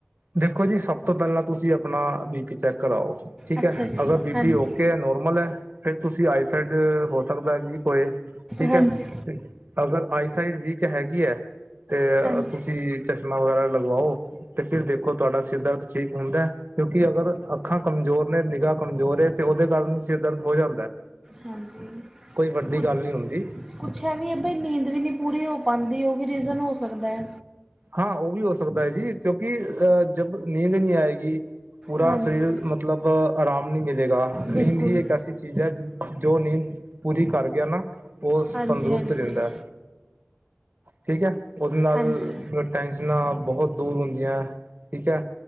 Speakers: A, on the right (about 50°); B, in the centre.
A: ਦੇਖੋ ਜੀ ਸਭ ਤੋਂ ਪਹਿਲਾਂ ਤੁਸੀਂ ਆਪਣਾ ਬੀ ਪੀ ਚੈੱਕ ਕਰਾਓ ਠੀਕ
B: ਅੱਛਾ
A: ਐ।
B: ਜੀ
A: ਅਗਰ ਬੀ, ਪੀ
B: ਹਾਂਜੀ
A: ਓਕੇ ਐ, ਨੋਰਮਲ ਐ ਫੇਰ ਤੁਸੀਂ ਆਈ ਸਾਈਡ ਹੋ ਸਕਦਾ ਵੀਕ ਹੋਏ ਠੀਕ
B: ਹਾਂਜੀ
A: ਐ। ਅਗਰ ਆਈਸਾਈਡ ਵੀਕ ਹੈਗੀ ਐ, ਤੇ
B: ਹਾਂਜੀ
A: ਤੁਸੀਂ ਚਸ਼ਮਾ ਵਗੈਰਾ ਲਗਵਾਓ। ਤੇ ਫਿਰ ਦੇਖੋ ਤੁਹਾਡਾ ਸਿਰ ਦਰਦ ਠੀਕ ਹੁੰਦਾ ਐ, ਕਿਉਂਕਿ ਅਗਰ ਅੱਖਾਂ ਕਮਜ਼ੋਰ ਨੇ ਨਿਗਾਹ ਕਮਜ਼ੋਰ ਏ ਤੇ ਉਹਦੇ ਕਾਰਨ ਵੀ ਸਿਰ ਦਰਦ ਹੋ ਜਾਂਦਾ ਐ,
B: ਹਾਂਜੀ
A: ਕੋਈ ਵੱਡੀ
B: ਕੁ
A: ਗੱਲ ਨੀ ਹੁੰਦੀ
B: ਕੁਛ ਇਹ ਵੀ ਐ ਬਈ, ਨੀਂਦ ਵੀ ਨੀ ਪੂਰੀ ਹੋ ਪਾਂਦੀ, ਉਹ ਵੀ ਰੀਜ਼ਨ ਹੋ ਸਕਦਾ ਐ।
A: ਹਾਂ ਉਹ ਵੀ ਹੋ ਸਕਦਾ ਐ ਜੀ, ਕਿਉਂਕਿ ਅਹ ਜਬ ਨੀਂਦ ਨ‌ਈਂ ਆਏਂਗੀ ਪੂਰਾ
B: ਹਾਂਜੀ
A: ਸਰੀਰ ਮਤਲਬ ਆਰਾਮ ਨਹੀਂ ਮਿਲੇਗਾ।
B: ਬਿਲਕੁਲ
A: ਨੀਂਦ ਹੀ ਇੱਕ ਐਸੀ ਚੀਜ਼ ਐ, ਜੋ ਨੀਂਦ ਪੂਰੀ ਕਰ ਗਿਆ ਨਾ, ਓਸ
B: ਹਾਂਜੀ
A: ਤੰਦਰੁਸਤ
B: ਹਾਂਜੀ
A: ਰਹਿੰਦਾ ਏ। ਠੀਕ ਐ, ਉਹਦੇ ਨਾਲ
B: ਹਾਂਜੀ
A: ਟੈਨਸ਼ਨਾਂ ਬਹੁਤ ਦੂਰ ਹੁੰਦੀਆਂ ਐ। ਠੀਕ ਐ।